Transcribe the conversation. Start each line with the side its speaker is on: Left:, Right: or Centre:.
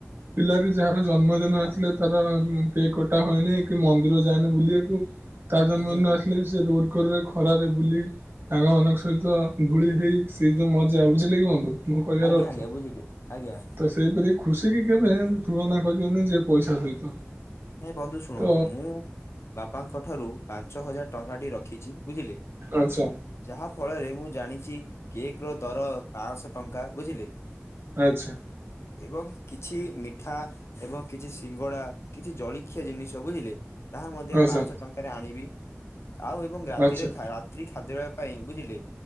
Right: ପିଲା ବି ଯାହା ଜନ୍ମଦିନ ଆସିଲେ ତାର ଉ-ଉ କେକ୍ କଟା ହଏନି କି ମନ୍ଦିର ଯାଏନି ବୁଲିବାକୁ। ତା ଜନ୍ମଦିନ
Left: ଆଜ୍ଞା ଆଜ୍ଞା
Right: ଆସିଲେ ବି ସେ ରୋଡ୍ କରରେ ଖରାରେ ବୁଲି ସାଙ୍ଗ ମାନଙ୍କ ସହିତ ଧୂଳି ହେଇ ସେଇ ଯୋଉ ମଜା ବୁଝିଲେ କି ବନ୍ଧୁ ମୁଁ କହିବାର
Left: ଆଜ୍ଞା
Right: ଅର୍ଥ।
Left: ଆଜ୍ଞା ବୁଝିଲି ଆଜ୍ଞା
Right: ତ ସେଇପରି ଖୁସି କି କେବେ ତୁଳନା କରିବନି ଯେ ପଇସା ସହିତ।
Left: ନାଇଁ ବନ୍ଧୁ ଶୁଣନ୍ତୁ
Right: ତ
Left: ମୁଁ-ଉ-ଉ ବାପାଙ୍କଠାରୁ ପାଞ୍ଚ ହଜାର ଟଙ୍କାଟି ରଖିଛି ବୁଝିଲେ।
Right: ଆଚ୍ଛା।
Left: ଯାହା ଫଳରେ ମୁଁ ଜାଣିଛି, କେକ୍ ର ଦର ପାଁ ଶହ ଟଙ୍କା ବୁଝିଲେ।
Right: ଆଚ୍ଛା।
Left: ଏବଂ କିଛି ମିଠା ଏବଂ କିଛି ସିଙ୍ଗଡ଼ା କିଛି ଜଳଖିଆ ଜିନିଷ ବୁଝିଲେ, ତାହା ମଧ୍ୟ
Right: ଆଚ୍ଛା
Left: ପାଁଶହ ଟଙ୍କାରେ ଆଣିବି। ଆଉ ଏବଂ ରାତିରେ
Right: ଆଚ୍ଛା
Left: ରାତ୍ରି ଖାଦ୍ୟ ପାଇଁ ବୁଝିଲେ,